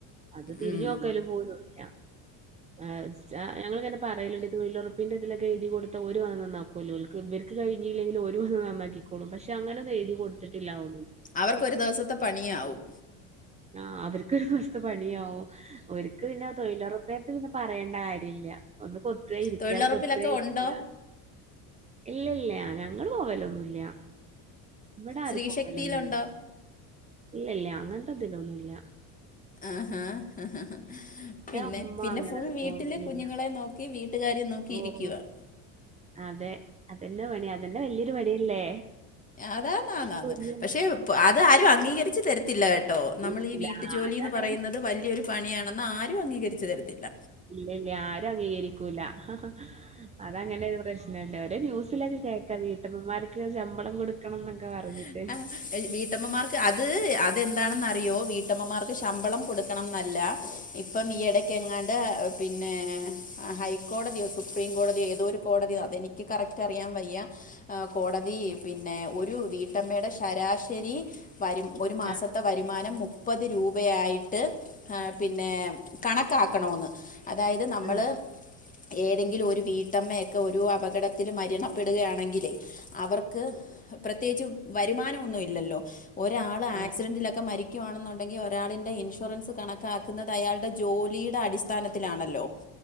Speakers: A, on the right; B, on the left.
A: അത് തിരിഞ്ഞോക്കല്
B: ഉം.
A: പോലൂല്ല ആ സ്ച ഞങ്ങള് ഇങ്ങനെ പറയല്ണ്ട് തൊയിലൊറപ്പിന്റെതിലൊക്കെ എയ്തി കൊടുത്താ ഓരു വാന്നന്നാക്കോല്ലോ ഓൽക്ക് ഇവര്ക്ക് കഴിഞ്ഞില്ലെങ്കിലും ഓരുവന്നന്നാക്കിക്കോളും പക്ഷെ ഇതങ്ങനൊന്നുംഎയ്തി കൊടുത്തിട്ടില്ലാഓ
B: അവർക്കൊരു ദിവസത്തെ പണിയാവും
A: ആഹ് അവർക്കൊരുദോസ്ത്തെ പണിയാവും ഓര്ക്ക് പിന്നെ തൊഴിലൊറപ്പെ ത് പിന്നെ പറയണ്ട കാര്യല്യ ഒന്ന് കൊത്യ ഇരിക്കാ
B: തൊഴിലുറപ്പിലൊക്കെ
A: കൊത്യ ഇരിക്കാ
B: ഉണ്ടോ
A: ഇല്ല ഇല്ല ഞങ്ങള് പോവലൊന്നുല്ല്യ ഇവിടാരും
B: സ്ത്രീശക്തിയിലുണ്ടോ
A: പോവലൊന്നുല്ലാ ഇല്ല ഇല്ല അങ്ങനത്തെതിലൊന്നുല്ല
B: ആഹാ ഹ ഹ ഹ പിന്നെ
A: ഉമ്മ
B: പിന്നെ
A: അങ്ങനെ
B: ഫുൾ വീട്ടില്
A: പോവലില്ല
B: കുഞ്ഞുങ്ങളേം നോക്കി വീട്ടുകാര്യം നോക്കി ഇരിക്കുവാ
A: ഓഹ്
B: <inaudible>
A: അതെ അതെന്നെ പണി അതെന്നെ വല്ല്യൊരു പണിയല്ലേ
B: അതാന്നാന്നാന്ന്
A: കുഞ്ഞുങ്ങൾ
B: പക്ഷേ പ്അത് ആരും അംഗീകരിച്ച് തരത്തില്ല കേട്ടോ നമ്മളീ
A: ഇല്ല
B: വീട്ടുജോലി
A: അതാണ്
B: ന്ന് പറയുന്നത് വലിയൊരു പണിയാണെന്ന് ആരും അംഗീകരിച്ചു തരത്തില്ല
A: ഇല്ല ഇല്ല ആരും അംഗീകരിക്കൂല്ല ഹ ഹ അതങ്ങനെ ഒരു പ്രശ്നണ്ട് ന്യൂസിലൊക്കെ കേൾക്കാം വീട്ടമ്മമാർക്ക് ശമ്പളം കൊടുക്കണം പറഞ്ഞിട്ട്.
B: <inaudible> ആ വീട്ടമ്മമാർക്ക് അത് അ അതെന്താണെന്ന് അറിയുമോ വീട്ടമ്മമാർക്ക് ശമ്പളം കൊടുക്കണം എന്നല്ല ഇപ്പം ഈ ഇടയ്ക്ക് എങ്ങാണ്ട് പിന്നെ ഹൈക്കോടതിയോ സുപ്രീം കോടതിയോ ഏതോ ഒരു കോടതിയോ അതെനിക്ക് കറക്റ്റ് അറിയാൻ വയ്യ അ കോടതി പിന്നെ ഒരു വീ വീട്ടമ്മയുടെ ശരാശരി വരും ഒരു മാസത്തെ
A: ആ.
B: വരുമാനം മു മുപ്പത് രൂപയായിട്ട് പിന്നെ കണക്കാക്കണോന്ന് അതായത് നമ്മൾ
A: ആ.
B: ഏതെങ്കിലും ഒരു വീട്ടമ്മയൊക്കെ ഒരു അപകടത്തിൽ മരണപ്പെടുകയാണെങ്കിൽ അവർ പ്രത്യേകിച്ച് വരുമാനം ഒന്നുവില്ലല്ലോ ഒരാൾ
A: ആ. ആ.
B: ആക്സിഡന്റിലൊക്കെ മരി ണെന്നുണ്ടെങ്കിൽ ഒരാളന്റെ ഇൻഷുറൻസ് കണക്കാക്കുന്നത് അയാളുടെ ജോലിയുടെ അടിസ്ഥാനത്തിലാണല്ലോ